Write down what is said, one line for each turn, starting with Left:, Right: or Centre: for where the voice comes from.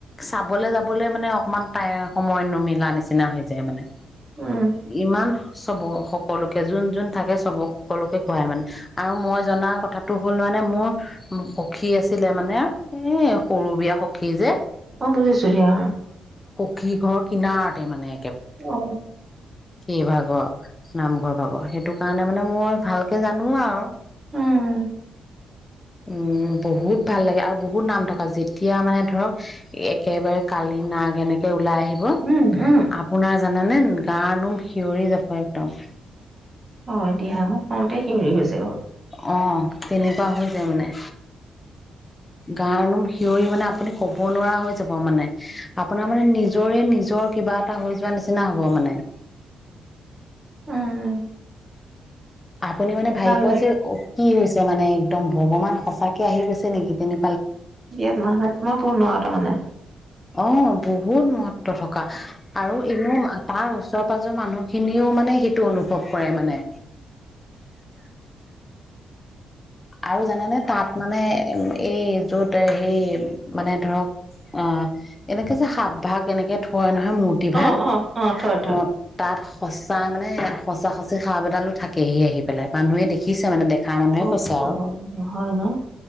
Left: চাবলৈ যাবলৈ মানে অকমান াই সময় নুমিলা নিচিনা হৈ যায় মানে
Right: উম
Left: ইমান চব সকলোকে যোন যোন থাকে চব সকলোকে খুৱাই মানে আৰু মই জনা কথাটো হ'ল মানে মোৰ সখী আছিলে মানে এ সৰু বিয়া সখী যে
Right: অ বুজিছো দিয়া
Left: কি ঘৰ কিনাৰতে মানে
Right: অ
Left: কি ভাগ নামঘৰ পাব সেইটো কাৰণে মানে মই ভালকে জানো আৰু
Right: উম
Left: উম বহুত ভাল লাগে আৰু বহুত নাম থকা যেতিয়া মানে ধৰক একেবাৰে কালি নাগ এনেকে ওলাই আহে
Right: উম উম
Left: আপোনাৰ জানে গাু খিঞৰি যাব একদম
Right: হয় দিয়া মোক ফওঁতে সি উৰি গৈছে গৰ
Left: অঁ কেনেকুৱা হৈ যায় মানে গানুম খিয়ৰি মানে আপুনি ক'ব না হৈ যাব মানে আপোনাৰ মানে নিজৰে নিজৰ কিবা এটা হৈ যোৱা নিচিনা হ'ব মানে
Right: উম
Left: আপুনি মানে ভাবি
Right: ভাল
Left: পোৱা
Right: লাগে
Left: যে কি হৈছে মানে একদম ভগৱান সঁচাকে আহি গৈছে নেকি তেনে
Right: ইয়াত মাহাত্মা পূৰ্ণ তামানে
Left: অ'। বহুত মহত্ব থকা আৰু এনেও তাৰ ওচ পাজৰ মানুহ খিনিও মানে টো অনুভৱ কৰে মানে। আৰু জানেনে? তাত মানে এই য'ত হেই মানে ধৰক অ', এনেকে যে, সাপ ভাগ এনেকে থয় ন মূৰ্তি ভাগ,
Right: অ অ অ থয় থয়
Left: অ', তাত সঁচা মানে সঁচা সচি সাপ এদালো থাকেহি আহি পেলাই মানুহে দেখিছে মানে দেখিছে মানে বেক <unintelligible>
Right: অ অ', হয়, ন?